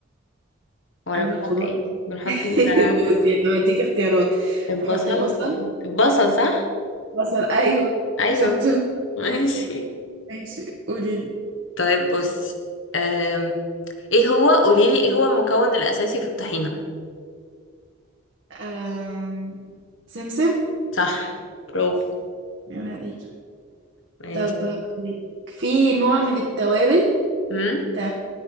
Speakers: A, on the left (about 75°); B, on the right (about 65°).
A: ولا
B: قبل
A: بنحط
B: الخضار
A: ايه بنحط
B: <laughs>
A: ال- آه،
B: بصي طب اديك اختيارات
A: البصل
B: نحط بصل
A: بنحط البصل صح
B: بصل ايوه
A: ايوه
B: شطور
A: بنحط- ماشي
B: ماشي قولي لي
A: طيب بصي أم... ايه هو قوليلي ايه هو المكون الأساسي في الطحينة
B: آم... سمسم
A: صح برافو
B: يا عليكي
A: ماشي
B: طب هقولك في نوع من التوابل
A: امم
B: تمام